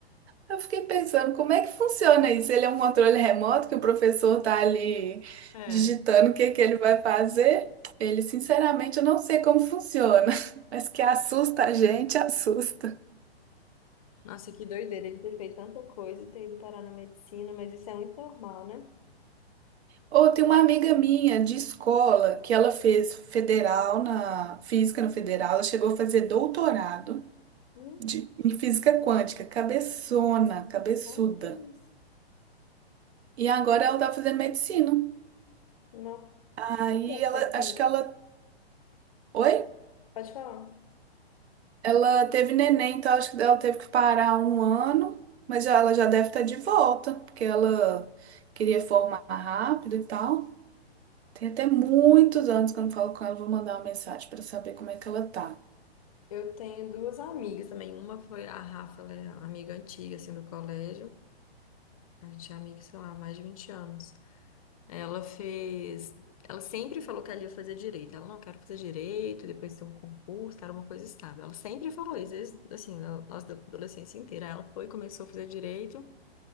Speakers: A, on the right; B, on the left.
A: Eu fiquei pensando, como é que funciona isso? Ele é um controle remoto que o professor tá ali
B: É.
A: digitando o que que ele vai fazer? Ele, sinceramente, eu não sei como funciona, <laughs> mas que assusta a gente, assusta.
B: Nossa, que doideira ele ter feito tanta coisa e ter ido parar na medicina, mas isso é muito normal, né?
A: Ou tem uma amiga minha de escola que ela fez federal na física no federal, ela chegou a fazer doutorado
B: Hum,
A: de, em física quântica, cabeçona, cabeçuda.
B: cara, que isso?
A: E agora ela tá fazendo medicina.
B: Não.
A: Aí
B: Então, tem-
A: ela,
B: tem-
A: acho que ela, oi?
B: Pode falar.
A: Ela teve neném, então acho que ela teve que parar um ano, mas já, ela já deve estar de volta, porque ela queria formar rápido e tal. Tem até muitos anos que eu não falo com ela, vou mandar uma mensagem para saber como é que ela tá.
B: Eu tenho duas amigas também. Uma foi a Rafa, ela é amiga antiga, assim, do colégio. A gente é amiga, sei lá, há mais de 20 anos. Ela fez. Ela sempre falou que ela ia fazer direito. Ela não quer fazer direito, depois ter um concurso, era uma coisa estável. Ela sempre falou isso, desde, assim, na nossa adolescência inteira. Ela foi, começou a fazer direito.